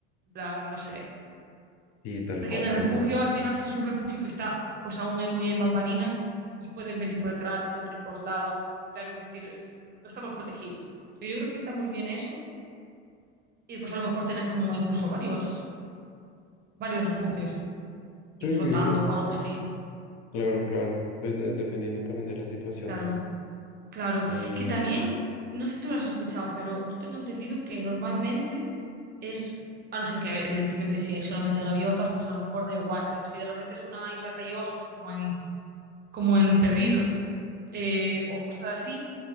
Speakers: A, on the right; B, on the left.
A: En plan, no sé.
B: Y tal
A: Porque
B: cual,
A: en el
B: tal
A: refugio,
B: cual.
A: al final, si es un refugio que está pues aún en- muy en bambalinas, nos pueden venir por detrás, nos pueden venir por los lados. En plan, es decir, es- no estamos protegidos. O sea, yo creo que está muy bien eso. Y después a lo mejor tener como incluso varios varios refugios y
B: Sí,
A: rotando o algo así.
B: claro, claro. Pues de- dependiendo también de la situación.
A: Claro, claro.
B: Em,
A: Que también, no sé si tú lo has escuchado, pero yo tengo entendido que normalmente es, a no ser que evidentemente si hay solamente gaviotas, pues a lo mejor da igual, pero si de repente es una isla que hay osos como en, como en Perdidos eh, o cosas así,